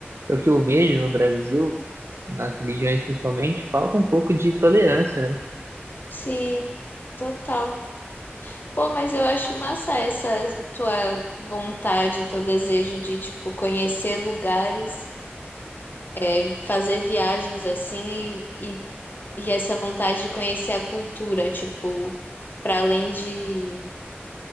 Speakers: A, on the right (about 85°); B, on the left (about 50°).
A: o que eu vejo no Brasil, nas religiões principalmente, falta um pouco de tolerância, né?
B: sim, total. Pô, mas eu acho massa essa tua vontade, teu desejo de, tipo, conhecer lugares, é, fazer viagens assim e, e, e essa vontade de conhecer a cultura, tipo, para além de,